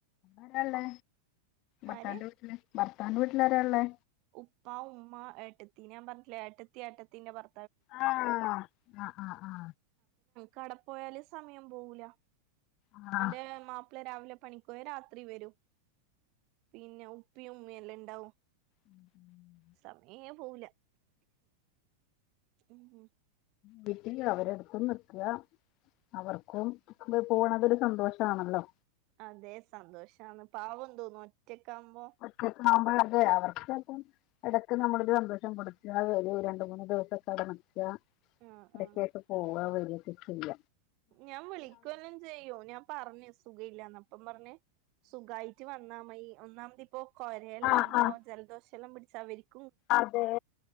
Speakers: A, on the left; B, on the right.
A: അരാള്ളേ ഭർത്താന്റെ
B: ആര്
A: വീട്ടില് ഭർത്താന്റെ വീട്ടില അരാ ഉള്ളേ
B: ഉപ്പ ഉമ്മ ഏട്ടത്തി ഞാൻ പറഞ്ഞട്ടില്ല ഏത്തി ആട്ടത്തിന്റെ ഭർ
A: ആഹ ആഹ ആഹ് ആഹ
B: കട പോയല് സമയം പോകൂല
A: ആ
B: അന്റെ മാപ്പിളെ രാവിലെ പണിക്ക് പോയ രാത്രി വരൂ പിന്നെ ഉപ്പയും ഉമ്മയും എല്ലാം ഉണ്ടാവും
A: ഉം ഉം
B: സമയേ പോവൂല ഉം, ഉം.
A: വീട്ടില് അവരെടുത്തന്ന് നിക്കുക അവർക്കും പോണതില് സന്തോഷമാണല്ലോ
B: അതെ സന്തോഷന്ന് പാവം തോന്നുന്നു ഒറ്റക്ക ആവുമ്പോ
A: ഒറ്റക്കാവുമ്പോ അതെ അവർക്ക് അപ്പം ഇടക്ക് നമ്മളൊരു സന്തോഷം കൊടുക്കുക വല ഒരു രണ്ട മൂന്ന്ു ദിവസം കട നക്കുക
B: ആ
A: ഇടക്ക
B: ആ
A: ഒക്കെ പോവുക വല ചെയല്ല
B: ഞാൻ വിളിക്കുവ എല്ലാം ചെയ്യോ ഞാൻ പറഞ്ഞു സുഖ ഇല്ലാന്ന് അപ്പം പറഞ്ഞഞ് സുഖായിട്ട് വന്നാ മതി ഒന്നാമതി ഇപ്പോൊ കൊരയെല്ലാം
A: ആഹ്
B: ആകുമ്പോ
A: ആഹ്
B: ജലദോഷം എെല്ലാം പിടിച്ചാരിക്ക
A: അതെ